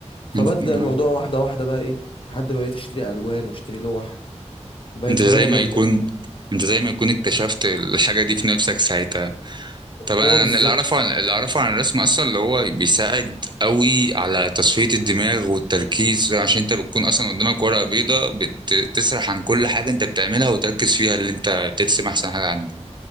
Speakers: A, on the left (about 45°); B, on the right (about 40°).
A: فبدأ
B: انت آه.
A: الموضوع واحده واحده بقى ايه لحد ما بقيت اشتري الوان واشتري لوح وبقت
B: انت زي
A: هوايه جامده
B: ما يكون
A: يعني
B: انت زي ما يكون اكتشفت الحاجة دي في نفسك ساعتها طب انا
A: اه بالظبط
B: انا اللي اعرفه عن اللي اعرفه عن الرسم اصلا اللي هو بيساعد قوي على تصفية الدماغ والتركيز عشان انت بتكون اصلا قدامك ورقة بيضاء بتسرح عن كل حاجة انت بتعملها وتركز فيها اللي انت ترسم احسن حاجة عندك